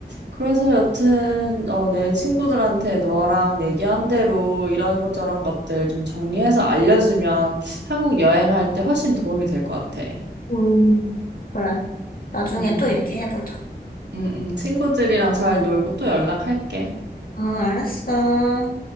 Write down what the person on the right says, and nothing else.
그래서 여튼, 어, 내 친구들한테 너랑 얘기한 대로 이런 것 저런 것들 좀 정리해서 알려주면 한국 여행할 때 훨씬 도움이 될 것 같아.
음,
음, 음. 친구들이랑 잘 놀고 또 연락할게.